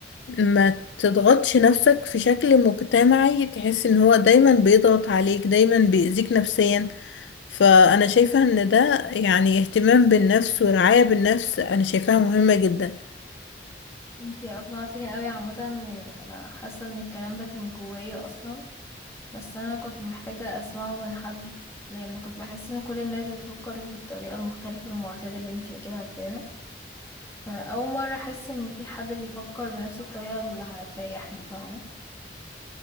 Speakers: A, on the left (about 85°); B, on the left (about 15°).
A: ما تضغطش نفسك في شكل مجتمعي تحس ان هو دايما بيضغط عليك دايما بيأذيك نفسيا فأنا شايفة إن ده يعني اهتمام بالنفس ورعاية بالنفس أنا شايفاها مهمة جدا
B: انتي اقنعتيني قوي عامة يعني انا حاسة ان الكلام ده كان جوايا اصلا بس انا كنت محتاجة اسمعه من حد لان كنت بحس ان كل الناس بتفكر بالطريقة المختلفة المعتادة اللي انتي اكيد عارفاها فاول مرة احس ان في حد بيفكر بنفس الطريقة اللي هتريحني فاهمة